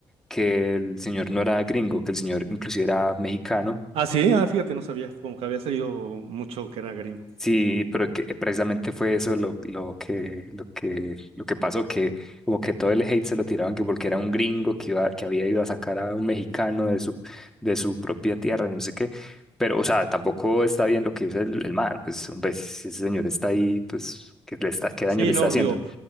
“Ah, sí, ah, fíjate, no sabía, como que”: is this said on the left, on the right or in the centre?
Right